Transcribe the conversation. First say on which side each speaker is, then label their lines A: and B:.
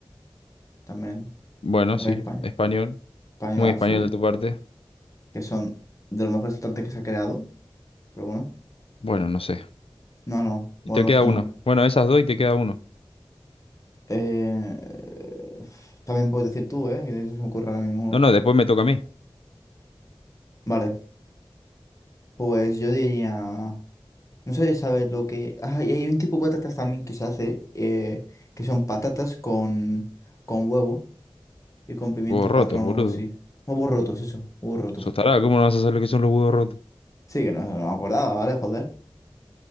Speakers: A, on the left; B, on the left.
A: también.
B: Bueno,
A: Muy
B: sí.
A: espa-
B: Español.
A: española
B: Muy español
A: full.
B: de tu parte.
A: Que son de los mejores entrantes que se ha creado. Pero bueno.
B: Bueno, no sé.
A: No, no.
B: Y
A: Bueno,
B: te
A: no
B: queda
A: sé,
B: uno.
A: no.
B: Bueno, esas dos y te queda uno.
A: Eh, f- también puedes decir tú, ¿eh? Que no se me ocurre ahora ninguno.
B: No, no, después me toca a mí.
A: Vale, pues yo diría... No sé, si ¿sabes lo que...? Ah, y hay un tipo de patatas también que se hace, eh, que son patatas con, con huevo y con pimiento
B: Huevos rotos,
A: patrón
B: boludo.
A: o algo así. Huevos rotos, eso, huevos rotos.
B: Sos tarado, ¿cómo no vas a saber lo que son los huevos rotos?
A: Sí, que no, no me acordaba, ¿vale? Joder.